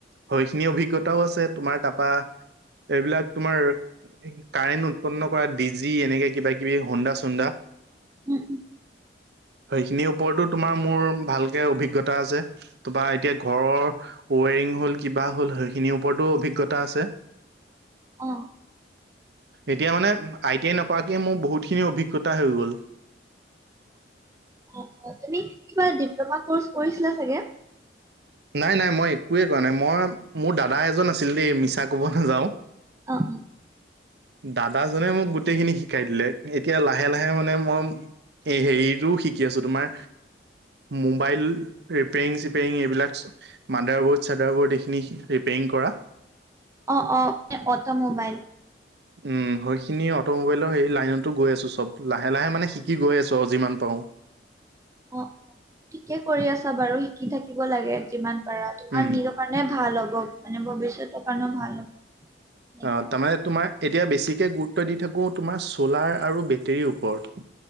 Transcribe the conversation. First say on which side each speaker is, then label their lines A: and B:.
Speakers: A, on the right; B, on the right.
A: হয়খিনি অভিজ্ঞতাও আছে তোমাৰ তাপা এইবিলাক তোমাৰ কাৰেণ্ট উৎপন্ন কৰা ডি জি, এনেকে কিবা কিবি হুন্দা চুন্দা।
B: উম-উম
A: সেইখিনিৰ ওপৰতো তোমা মোৰ ভালকে অভিজ্ঞতা আছে। ত বা এতিয়া ঘৰৰ ওৱেৰিং হ'ল কিবা হ'ল সেইখিনিৰ ওপৰতো অভিজ্ঞতা আছে।
B: অঁ।
A: এতিয়া মানে আই টি আই নকৰাকে মোৰ বহুতখিনি অভিজ্ঞতা হৈ গ'ল।
B: অঁ অঁ তুমি কিবা ডিপ্লমা কৰ্চ কৰিছিলা চাগে?
A: নাই নাই মই একোৱেই কৰা নাই মই মোৰ দাদা এজন আছিল দেই মিছা ক'ব নাযাওঁ।
B: অঁ অ।
A: দাদাজনে মোক গোটেইখিনি শিকাই দিলে। এতিয়া লাহে লাহে মানে মই এই হেৰিতোও শিকি আছো তোমাৰ মোবাইল ৰিপেয়েৰিং- চিপেয়েৰিং এইবিলাক। মাডাৰ বৰ্ড চাদাৰ বৰ্ড এইখিনি ৰিপেয়েৰিং কৰা।
B: অঁ অঁ এ অট' মোবাইল।
A: উম সইখিনি অট'মোবাইলৰ হেৰি লাইনতো গৈ আছো চব লাহে লাহে মানে শিক কি গৈ আছো আও যিমান পাঁও।
B: অঁ ঠিকে কৰি আছা বাৰু শিকি থাকিব লাগে যিমান পাৰা তোমাৰ
A: উম
B: নিৰ মানে ভাল হ'ব মানে ভৱিষ্যতৰ কাৰণেও ভাল হ'ব। এনেকে
A: অঁ তামানে তোমাৰ এতিয়া বেছিকে গুৰুত্ব দি থাকো তোমাৰ চলাৰ আৰু বেটেৰীৰ ওপৰত।